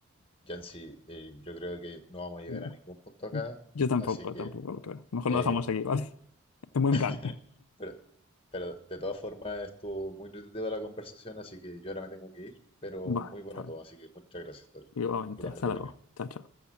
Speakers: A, on the left; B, on the left.
A: Yancy, eh, yo creo que no vamos a llegar
B: venga,
A: a ningún punto acá,
B: yo tampoco,
A: así que,
B: tampoco lo creo. Mejor
A: eh,
B: lo dejamos aquí, <laughs> ¿vale? En buen
A: <laughs>
B: plan.
A: pero, pero de todas formas estuvo muy nutritiva la conversación, así que yo ahora me tengo que ir, pero
B: Va,
A: muy bueno
B: ¿sabes?
A: todo, así que muchas gracias, Tori,
B: Igualmente,
A: por darme
B: hasta
A: tu
B: luego.
A: opinión.
B: Chao, chao.